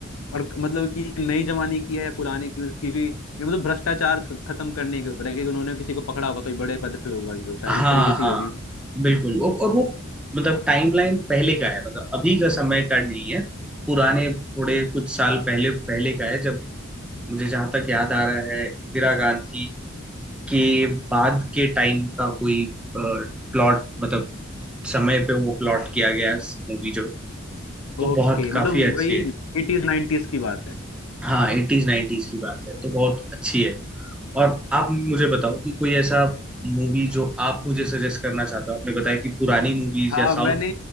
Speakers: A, on the left; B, in the centre.
A: और मतलब कि नई जमाने की है पुराने की मतलब क्योंकि ये मतलब भ्रष्टाचार ख- खत्म करने के ऊपर है कि उन्होंने किसी को पकड़ा होगा कोई बड़े पद पे होगा जो शायद
B: हाँ
A: इस तरीके से
B: हाँ
A: ही होगी
B: बिल्कुल वो- और वो मतलब टाइमलाइन पहले का है मतलब अभी का समय का नहीं है पुराने थोड़े कुछ साल पहले पहले का है जब मुझे जहां तक याद आ रहा है इंदिरा गांधी के बाद के टाइम का कोई प्लॉट मतलब समय पे वो प्लॉट किया गया मूवी जो तो
A: ओके
B: बहुत
A: मतलब
B: काफी अच्छी
A: वही
B: है
A: एटीज नाइनटीज की बात है
B: हाँ एटीज नाइनटीज की बात है तो बहुत अच्छी है और आप मुझे बताओ कि कोई ऐसा मूवी जो आप मुझे सजेस्ट करना चाहते हो आपने बताया कि पुरानी मूवीज
A: हाँ
B: या साउथ
A: मैंने